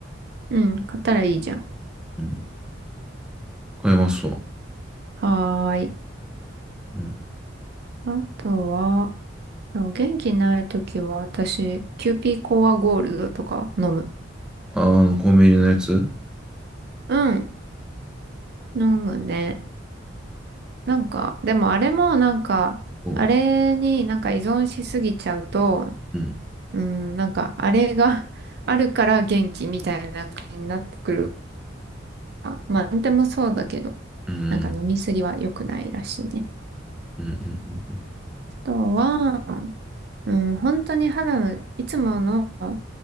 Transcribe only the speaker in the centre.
うん、買いますわ。
うん
ああの、コンビニのやつ
うん、
うん、
うん、
うん、うん、